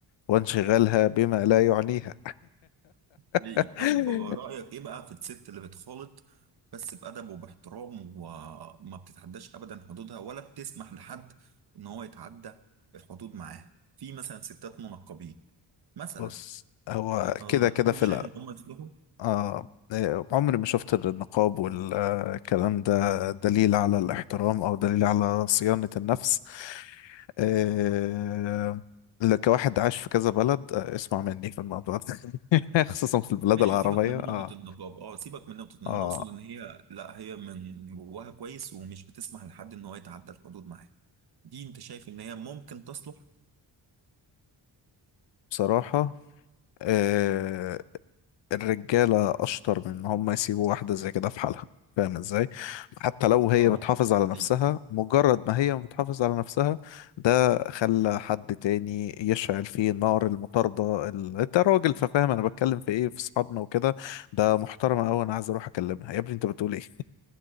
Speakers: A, on the left; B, on the right.
A: وانشغالها بما لا يعنيها
B: حقيقي.
A: <laughs>
B: طب رأيك إيه بقى في الست اللي بتخالط بس بأدب وباحترام وما بتتعداش أبدا حدودها ولا بتسمح لحد إن هو يتعدى الحدود معاها في مثلا ستات منقبين مثلا
A: بص هو
B: آه،
A: كده كده
B: دول
A: في
B: شايف
A: الأول
B: إن هم يصلحوا
A: آه إيه، عمري ما شفت النقاب والكلام ده دليل على الاحترام أو دليل على صيانة النفس آه ل- كواحد عاش في كذا بلد آه اسمع مني في الموضوع ده <laughs> خصوصا في البلاد
B: ماشي
A: العربية
B: سيبك من
A: آه
B: نقطة النقاب اه سيبك من نقطة النقاب
A: آه
B: أنا أقصد إن هي لا هي من جواها كويس ومش بتسمح لحد إن هو يتعدى الحدود معاها دي أنت شايف إن هي ممكن تصلح؟
A: بصراحة آه، الرجالة أشطر من إن هم يسيبوا واحدة زي كده في حالها فاهم إزاي؟ حتى لو هي
B: اه
A: بتحافظ على نفسها
B: أيوة
A: مجرد ما هي بتحافظ على نفسها ده خلى حد تاني يشعل فيه نار المطاردة ال... أنت راجل ففاهم أنا بتكلم في إيه في أصحابنا وكده ده محترمة أوي أنا عايز أروح أكلمها يا ابني أنت بتقول إيه؟